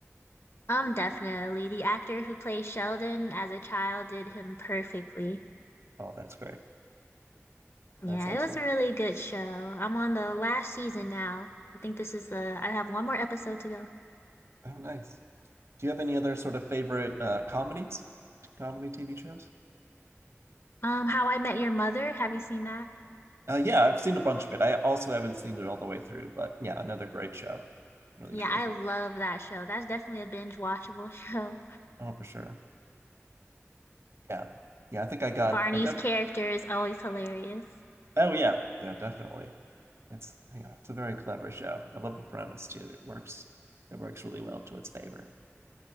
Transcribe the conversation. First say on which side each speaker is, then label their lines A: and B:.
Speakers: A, on the left; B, on the right.
A: Um, definitely. The actor who plays Sheldon as a child did him perfectly.
B: Oh, that's great.
A: Yeah,
B: That's excellent.
A: it was a really good show. I'm on the last season now. I think this is the, I have one more episode to go.
B: Oh, nice. Do you have any other sort of favorite uh, comedies, comedy TV shows?
A: Um, How I Met Your Mother. Have you seen that?
B: Uh, yeah, I've seen a bunch of it. I also haven't seen it all the way through, but yeah, another great show. Really
A: Yeah,
B: terrific.
A: I love that show. That's definitely a binge watchable <laughs> show.
B: Oh, for sure. Yeah. Yeah, I think I got
A: Barney's
B: I def
A: character is always hilarious.
B: oh yeah. Yeah, definitely. It's yeah, it's a very clever show. I love the premise too. It works it works really well to its favor.